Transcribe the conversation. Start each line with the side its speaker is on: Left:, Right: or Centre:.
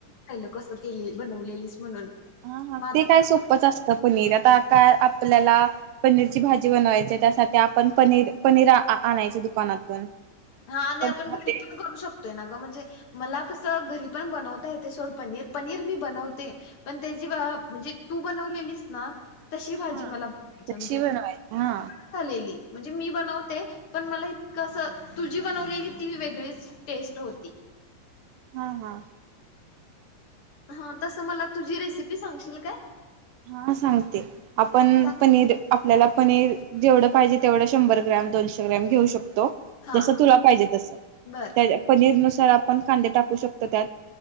Left: खाल्लं कस केलेली, बनवलेलीस म्हणून.
Right: हा. हा.
Left: मग आता
Right: ते काय
Left: बघूया
Right: सोपच असत पनीर आता काय आपल्याला पनीरची भाजी बनवायची त्यासाठी आपण पनीर, पनीर आणायच दुकानातून...
Left: हा, आणि
Right: पण
Left: आपण
Right: मध्ये
Left: घरी पण करू शकतोय ना? म्हणजे मला कस घरी पण बनवता येते सोड पनीर पनीर मी बनवते पण त्याची म्हणजे तू बनवलेलीस ना! तशी भाजी
Right: हा
Left: मला <unintelligible>
Right: कशी बनवायची हा
Left: झालेली. म्हणजे मी बनवते. पण मला इतकं असं.. तुझी बनवलेली ती वेगळीच टेस्ट होती.
Right: हा हा.
Left: हा तसं मला तुझी रेसिपी सांगशील काय?
Right: हा सांगते आपण
Left: हा, सांग
Right: पनीर, आप याला पनीर जेवढं पाहिजे तेवढं शंभर ग्रॅम दोनशे ग्रॅम घेऊ शकतो. तो
Left: हा
Right: जस तुला पायजे तसं.
Left: बर
Right: त्या पनीरपासून... तर आपन कांदे टाकू शकतो त्यात.